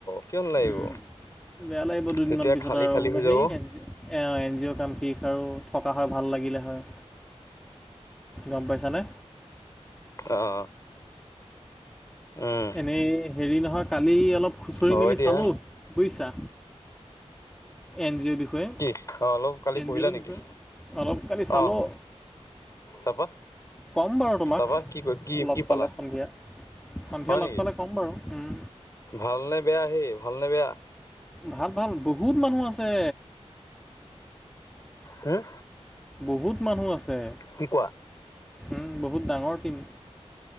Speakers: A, on the left (about 30°); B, in the centre.
A: কিয় নালাগিব
B: উম, বেয়া লাগিব দুদিনমান
A: তেতিয়া
B: পিছত
A: খালী
B: আৰু
A: খালী
B: বোলে
A: হৈ
B: সেই
A: যাব
B: হেন। এও এনজিঅ'ৰ কাম শেষ আৰু, থকা হয় ভাল লাগিলে হয়। গম পাইছানে?
A: অ'। উম,
B: এনেই হেৰি নহয়, কালি অলপ খুচুৰি
A: হয়
B: মেলি
A: দিয়া
B: চালোঁ। বুজিছা, এনজিঅ' দেখ কেতোয়ে,
A: কি অ', অলপ কালি
B: এনজিঅ'ৰ
A: পঢ়িলা নেকি
B: বিষয়ে অলপ কালি চালোঁ।
A: অ', তাৰপা
B: ক'ম বাৰু তোমাক,
A: তাৰপা কি ক কি
B: লগ
A: কি পালা
B: পালে সন্ধিয়া, সন্ধিয়া
A: হয়
B: লগ
A: নেকি
B: পালে ক'ম বাৰু, উম।
A: ভালনে বেয়া সেই, ভালনে বেয়া?
B: ভাল ভাল, বহুত মানুহ আছে।
A: হম?
B: বহুত মানুহ আছে৷
A: কি কোৱা।
B: উম বহুত ডাঙৰ টিম